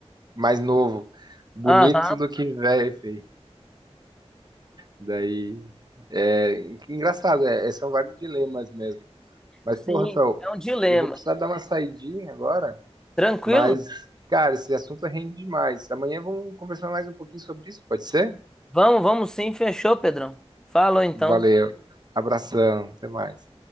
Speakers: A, on the right; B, in the centre.
A: mais novo, bonito,
B: Aham,
A: do que velho, e feio. Daí, é engraçado, é, é- são vários dilemas mesmo. Mas,
B: Sim,
A: pô, Rafael,
B: é um dilema.
A: eu vou precisar dar uma saidinha agora,
B: Tranquilo?
A: mas, cara, esse assunto rende demais. Amanhã vamos conversar mais um pouquinho sobre isso, pode ser?
B: Vamos, vamos sim, fechou, Pedrão. Falou então.
A: Valeu, abração, até mais.